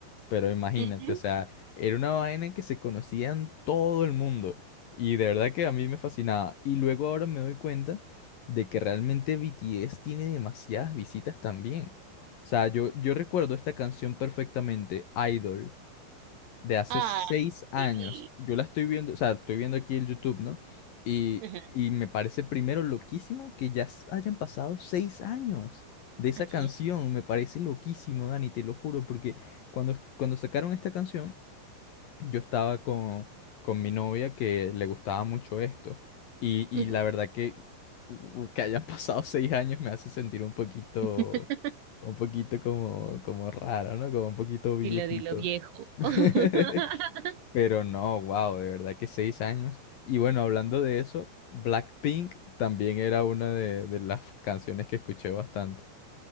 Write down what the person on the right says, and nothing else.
Ujú.
Ah,
sí.
ajá
Así
es.
Ujú.
<laughs>
Dilo, dilo, viejo.
<laughs>